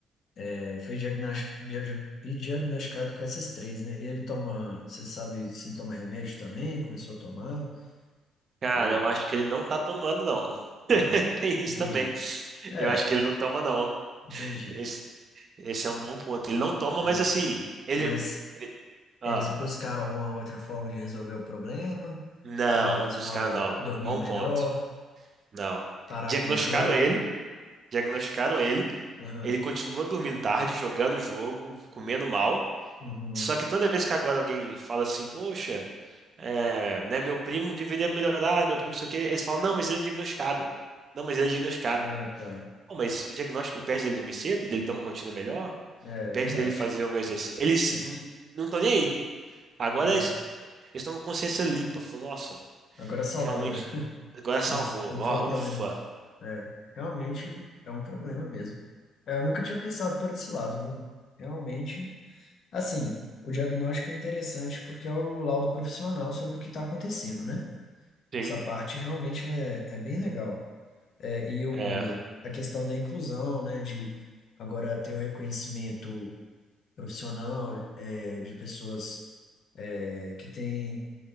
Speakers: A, on the left; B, on the right.
A: É, Foi diagnas- diag- e diagnosticado com essas três, né? E ele toma, você sabe se ele toma remédio também? Começou a tomar?
B: cara,
A: Ou,
B: eu acho que ele não tá tomando, não. <laughs>
A: aham,
B: Tem isso
A: entendi.
B: também.
A: É,
B: Eu acho que ele não toma, não.
A: entendi.
B: Esse, esse é um bom ponto. Ele não toma,
A: É,
B: mas assim, ele,
A: mas
B: ele-
A: eles
B: ah,
A: buscaram alguma outra forma de resolver o problema?
B: não,
A: Igual
B: não buscaram
A: você falou,
B: não.
A: dormir
B: Bom
A: melhor,
B: ponto. Não.
A: parar
B: Diagnosticaram
A: com o jogo.
B: ele, diagnosticaram ele.
A: Aham,
B: Ele continua dormindo tarde, jogando o jogo, comendo mal.
A: uhum.
B: Só que toda vez que agora alguém fala assim, poxa, é, né, meu primo deveria melhorar, meu primo não sei o quê, eles falam, não, mas ele é diagnosticado. Não, mas ele é diagnosticado.
A: Ah, tá.
B: Pô, mas o diagnóstico impede dele dormir cedo, dele ter uma rotina melhor,
A: É,
B: impede
A: é verdade.
B: dele fazer algum exercício. Eles
A: É,
B: hum, não estão nem aí. Agora
A: aham.
B: eles eles estão com consciência limpa. Falou, nossa,
A: Agora salvou,
B: realmente,
A: né?
B: agora salvou.
A: Não, não
B: Ó,
A: foi o problema.
B: ufa.
A: É, realmente é um problema mesmo. É, eu nunca tinha pensado por esse lado, viu? Realmente, assim, o diagnóstico é interessante porque é o laudo profissional sobre o que está acontecendo, né?
B: Sim.
A: Essa parte realmente é, é bem legal. É, e o,
B: É,
A: o- a questão da inclusão, né? De agora ter o reconhecimento profissional é, de pessoas é, que têm